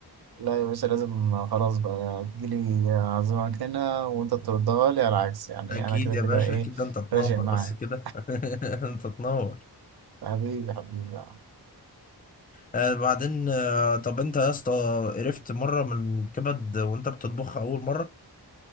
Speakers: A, on the right; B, on the left.
A: لا يا باشا لازم خلاص بقى تجيلي أعزمك هنا وأنت تردها لي على العكس يعني
B: <laughs> اكيد
A: أنا كده
B: يا
A: كده
B: باشا
A: إيه
B: اكيد ده انت تنور
A: راشق معاك
B: بس كده <laughs> انت تنور
A: حبيبي حبيبي
B: آه بعدين آه طب انت يا اسطى قرفت مرة من كبد وانت بتطبخها اول مرة